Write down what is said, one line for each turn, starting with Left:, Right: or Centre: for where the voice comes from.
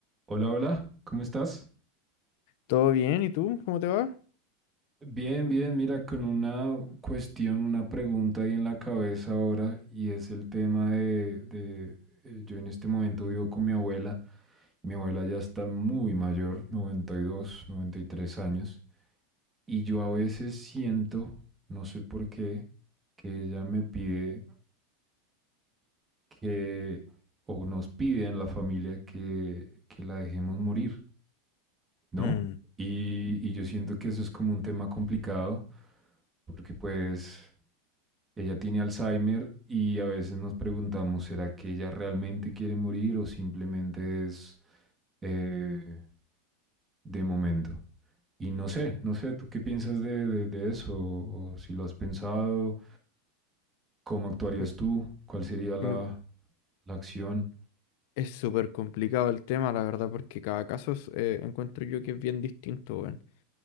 Right: Hola, hola, ¿cómo estás?
Left: ¿Todo bien? ¿Y tú? ¿Cómo te va?
Right: Bien, bien, mira, con una cuestión, una pregunta ahí en la cabeza ahora, y es el tema de, de, eh, yo en este momento vivo con mi abuela, mi abuela ya está muy mayor, noventa noventa y dos, noventa y tres años, y yo a veces siento, no sé por qué, que ella me pide que, o nos pide en la familia que, que la dejemos morir, ¿no?
Left: Mm,
Right: Y, y yo siento que eso es como un tema complicado porque pues ella tiene Alzheimer y a veces nos preguntamos, ¿será que ella realmente quiere morir o simplemente es eh, de momento? Y no sé, no sé, ¿tú qué piensas de, de, de eso? O si lo has pensado, ¿cómo actuarías
Left: Mm,
Right: tú? ¿Cuál sería la,
Left: mm,
Right: la acción?
Left: Es súper complicado el tema, la verdad, porque cada caso es, eh, encuentro yo que es bien distinto, weón.